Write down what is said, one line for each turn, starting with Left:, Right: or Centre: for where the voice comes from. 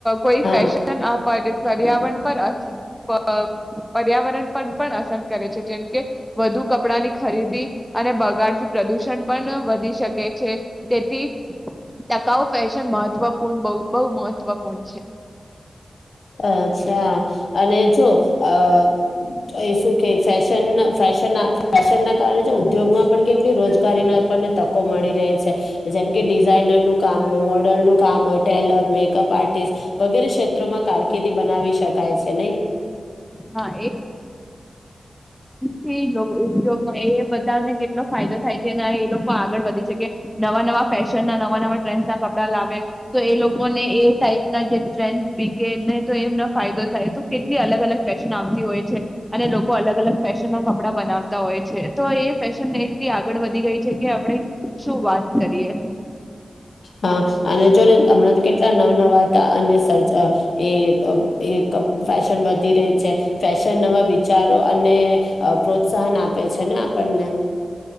Centre: કોઈ
Left: હા
Centre: ફશન આપ પર્યાવરણ પર પર્યાવરણ પણ અસર કરે છે જેમ કે વધુ કપડાની ખરીદી અને બગાડથી પ્રદૂષણ પણ વધી શકે છે, તેથી ટકાઉ ફેશન મહત્વપૂર્ણ બવ બહુ મહત્વપૂર્ણ છે.
Left: અચ્છા અને જો અ એ શું કે ફેશન, ફેશન, ફેશન ના કારણે ઉદ્યોગમાં પણ કેટલી રોજગારીના આપણને તકો મળી રહે છે જેમ કે ડિઝાઇનરનું કામ હોય, મોડલનું કામ હોય, ટેલર, મેકઅપ, આર્ટિસ્ટ વગેરે ક્ષેત્રોમાં કાર <unintelligible> બનાવી શકાય છે નહીં.
Centre: હા તે લોકો ઉદ્યોગ, એ બધાને કેટલો ફાયદો થાય છે અને એ લોકો. આગળ વધી શકે, નવા નવા ફેશનના, નવા નવા ટ્રેન્ડના કપડા લાવે, તો એ લોકોને એ ટાઇપ. જે ટ્રેન્ બી કેને <unintelligible> તો એમને ફાયદો થાય, તો કેટલી અલગ અલગ. નામથી હોય છે અને લોકો અલગ અલગ ફેશનમાં. કપડાં બનાવતા હોય છે, તો એ ફેશનને એટલી આગળ વધી. <unintelligible> ગઈ છે કે. આપડે શું વાત. કરીએ
Left: હા, અને જો ને, હમણાં તો કેટલા નવા નવા હતા અને <unintelligible> એ એ ત ફેશન વધી રહી છે, ફેશન નવા વિચારો અને. પ્રોત્સાહન આપે છે ને આપણને.